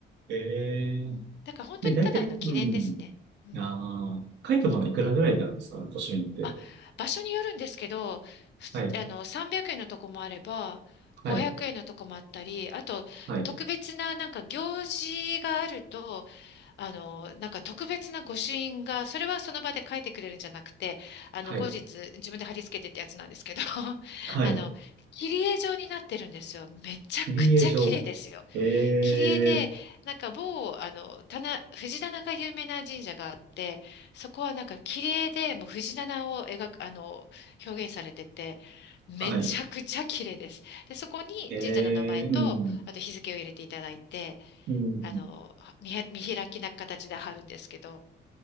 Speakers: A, on the right; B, on the left.
A: ええ
B: うん。だから本当にただの記念ですね。
A: で、大体、うん。
B: うん。
A: ああ、カイトなのいくらぐらいになるんですか、
B: そうです。
A: 都心って。
B: あ、場所によるんですけど、ふつあの、
A: はい、
B: 300円のとこもあれば、
A: はい、
B: 500円のとこもあったり、あと、
A: はい、
B: 特別な、なんか、行事があると、あの、なんか、特別な御朱印が、それはその場で書いてくれるんじゃなくて、あの、
A: はい、
B: 後日、自分で貼り付けてってやつなんですけど、<laughs>
A: はい。
B: あの、切り絵状になってるんですよ。めちゃくちゃ綺麗ですよ。
A: 切り絵場。ええ
B: 切り絵で、なんか某、あの、棚、藤棚が有名な神社があって、そこはなんか切り絵でもう藤棚を描く、あの、表現されてて、めちゃくちゃ綺麗です。
A: はい、
B: で、そこに神社の名前と、
A: ええうん、
B: あと日付を入れていただいて、
A: うん。
B: あの、見へ、見開きな形で貼るんですけど、